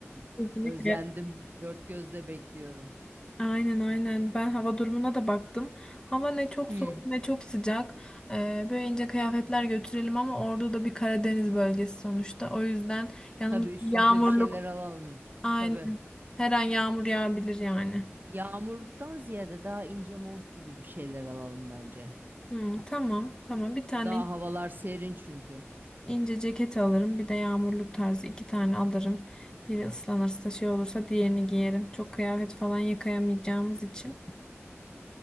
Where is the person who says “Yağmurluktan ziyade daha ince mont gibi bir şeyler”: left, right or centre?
Right